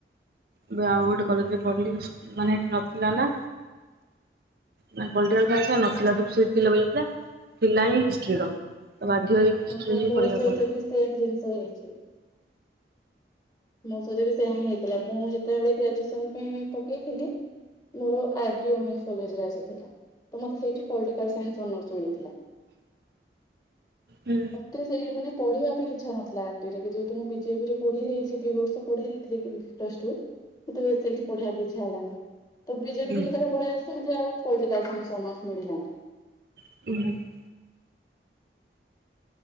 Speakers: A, on the right; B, on the left.
A: ଏବେ ଆଉ ଗୋଟେ କଲେଜରେ ପଢ଼ିଲି ମାନେ ଏଠି ନଥିଲା ନା। ନା ପଲିଟିକାଲନ୍ସ ନଥିଲା ସବୁ ପିଲାଇଥିଲା ପିଲା ହିଁ ହିଷ୍ଟ୍ରିର ତ ବାଧ୍ୟ ହେଇକି ହିଷ୍ଟ୍ରି
B: ଓ ହଁ
A: ହିଁ
B: ମୋ
A: ପଢିବାକୁ
B: ସହିତ
A: ପଡିଲା।
B: ବି ସେମ ଜିନିଷ ହେଇଛି। ମୋ ସହିତ ବି ସେୟା ହିଁ ହେଇଥିଲା ମୁଁ ଯେତେବେଳେ ଗ୍ରାଜୁଏସନ ପାଇଁ ପକେଇଥିଲି। ମୋର ଆର ଡି ଓମେନ୍ସ କଲେଜରେ ଆସିଥିଲା। ତ ମତେ ସେଇଠି ପଲିଟିକାଲ ସାଇନ୍ସ ଅନର୍ସ ମିଳିଥିଲା
A: ହୁଁ।
B: ତେ ସେ ମାନେ ପଢିବା ପାଇଁ ଇଛା ନଥିଲା ଆର୍ ଡି ଯେହେତୁ ମୁଁ ବିଜେପିରେ ପଢିଯାଇଛି ଦିଇ ବର୍ଷ ପଢି ଯାଇଥିଲ ପ୍ଲସ ଟୁ ତେବେ ସେଇଠି ପଢେଇବାକୁ ଇଚ୍ଛା ହେଲାନି। ତ ବିଜେପିକୁ
A: ହୁଁ
B: ଯେତେବେଳେ ପଳେଇ ଆସିଲି ମୋତେ ଆଉ ମତେ ପଲିଟିକାଲ ସାଇନ୍ସ ଅନର୍ସ ମିଳିଲାନି
A: <inaudible>